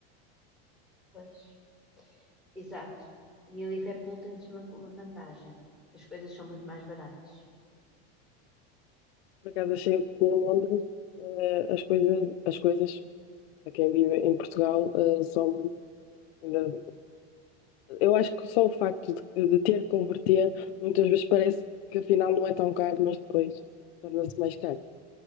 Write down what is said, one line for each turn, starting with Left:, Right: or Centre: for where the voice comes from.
Centre: depois. Exato. E a Liverpool tens uma, uma vantagem. As coisas são muito mais baratas.
Left: Por acaso achei que em Londres eh, as coisas, as coisas para quem vive em Portugal eh, são Ainda- Eu acho que só o facto de, de ter que converter, muitas vezes parece que afinal não é tão caro, mas depois torna-se mais caro.